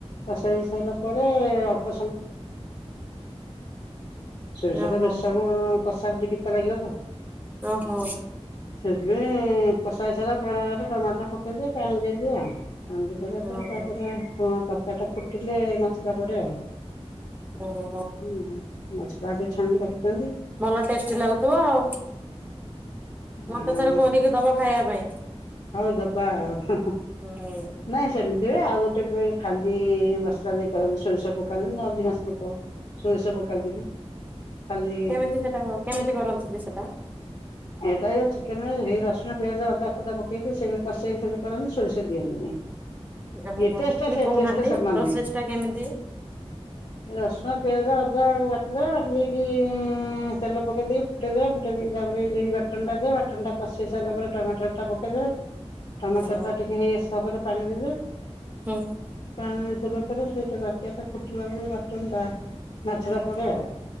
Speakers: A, on the left; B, on the right.
A: କଷେଇ ହେଇ ସାରିଲା ପରେ <unintelligible> ସୋରିଷ
B: ଓହୋ
A: ତ ବେଶ ସମ କଷାଲ ଟେ ପିତା ଲାଗିବ ତ।
B: ଓହୋ
A: ସେଥିପାଇଁ କଷାହେଇ ସାରିଲା ପରେ ଟମାଟର ପକ ଟିକେ ପାଣି ଦେଇଦିଅ। ପାଣି ଦେଇ ସରିଲାପରେ
B: ଓହୋ
A: ତାପରେ ତର ଟା ଫୁଟିଲେ ପଡ଼େ ଆଉ।
B: ଓହୋ
A: ହୁଁ ମାଛ ଟା ଆଗେ ଛାଣିକି ରଖିଥାନ୍ତି
B: ଭଲ ଟେଷ୍ଟି ଲାଗୁଥିବ ଆଉ
A: ଆ
B: ମତେ ଥରେ କରିକି ଦବ? ଖାଇବା ପାଇଁ।
A: ହଉ ଦବା ଆଉ
B: ହୁଁ
A: ନାଇଁ ସେମିତି ଆଉ ଗୋଟେ ବି ଖାଲି ମସଲା ଦେଇ କରନ୍ତି ସୋରିଷ ପକାନ୍ତିନି ନା ଅଧିକଂଶ ଲୋକ ସୋରିଷ ପକାନ୍ତିନି। ଖାଲି
B: କେମିତି ସେଟା କେମିତି କରନ୍ତି ଯେ ସେଟା?
A: ଏଟା ଚିକେନ ସେଇ ରସୁଣିଆଜ ଅଦା ଫଦା ପ ସେମତି କଷେଇକି ସେିତି କରନ୍ତିି ସୋରିଷ ଦିଅନ୍ତିନି।
B: ଓହୋ
A: ଏ ଟେଷ୍ଟ
B: ଟିକେ
A: ସେ
B: କହୁନାହାନ୍ତି
A: ଟେଷ୍ଟ ସବୁ ମାନିବେ
B: ପ୍ରୋସେସ ଟା କେମିତି?
A: ରସୁଣ ପିଆଜ। କୁ ବାଟିଦବା ବାଟି ଦେଇକି ତେଲ ପକେଇ ଦେଇକି ଫୁଟେଇଦବା ଫୁଟେଇ ଦେଇକି ତାପ ବାଟନ ଟା ଦେ ବାଟନ ଟା କଷି ସାରିଲା ପରେ ଟମାଟର ଟା ପକେ <unintelligible> ଟମାଟର
B: ହଁ
A: ଟା ଟିକେ ହେଇ ଆସିବା ପରେ ପାଣି ଦେବେ।
B: ହୁଁ।
A: ପାଣିରେ ଦେବା ପରେ ସେଇଟା ରାକିଆ ଟା ଫୁଟିଲା ବ ବାଚନ୍ତା ମାଛର
B: ହୁଁ
A: ପଡେ ଆଉ।